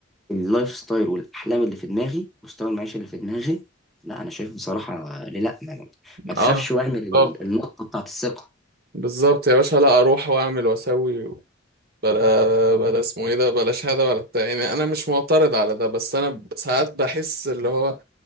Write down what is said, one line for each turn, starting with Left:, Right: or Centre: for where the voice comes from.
Centre: اللايف ستايل والاحلام اللي في دماغي مستوى المعيشه اللي في دماغي لا انا شايف بصراحه ليه لا ما, ما تخافش
Right: اه
Centre: واعمل ال-
Right: بالظبط
Centre: النقطه بتاعت الثقه
Right: بالظبط يا باشا لا اروح واعمل واسوي بلا بلا اسمه ايه ده بلاش هذا ولا بتاع يعني انا مش معترض على ده بس انا ب- ساعات بحس اللي هو